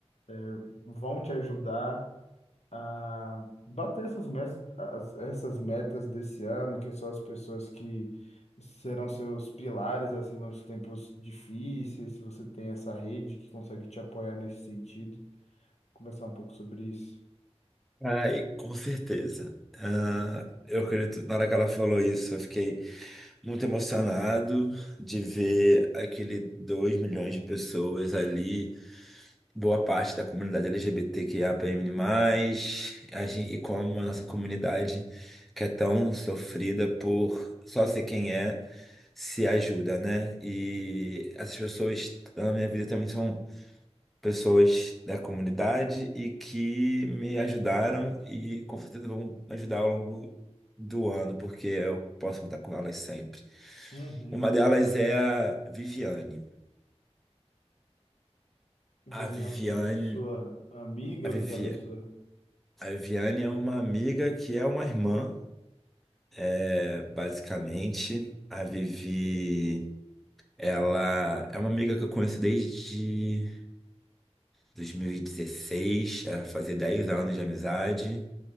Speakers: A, on the left; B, in the centre.
A: é, vão te ajudar a bater essas metas, as- essas metas desse ano, que são as pessoas que serão seus pilares assim nos tempos difíceis, se você tem essa rede que consegue te apoiar nesse sentido, conversar um pouco sobre isso.
B: Ai, com certeza. Ah, eu acredito, na hora que ela falou isso, eu fiquei muito emocionado de ver aquele 2 milhões de pessoas ali. boa parte da comunidade LGBTQIAPN+, a gen- e como a nossa comunidade, que é tão sofrida por só ser quem é, se ajuda, né? E essas pessoas na minha vida também são pessoas da comunidade e que me ajudaram e com certeza vão ajudar ao longo do ano, porque eu posso contar com elas sempre.
A: Uhum.
B: Uma delas é a Viviane.
A: Daniel,
B: A Viviane.
A: que é a sua amiga,
B: A Viviane.
A: aquela sua.
B: A Viviane é uma amiga que é uma irmã, é, basicamente. A Vivi, ela é uma amiga que eu conheço desde 2016, ela fazia 10 anos de amizade.